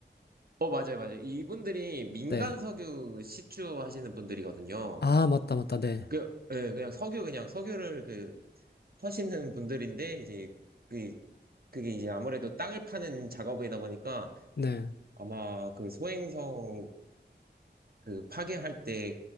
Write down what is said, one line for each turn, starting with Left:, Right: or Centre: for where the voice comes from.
Right: 어, 맞아요, 맞아요. 이분들이 민간
Left: 네.
Right: 석유 시추 하시는 분들이거든요.
Left: 아, 맞다, 맞다, 네.
Right: 그, 예, 그냥 석유, 그냥 석유를 그, 하시는 분들인데, 이제, 그, 그게 이제 아무래도 땅을 파는 작업이다 보니까
Left: 네.
Right: 아마 그 소행성 그 파괴할 때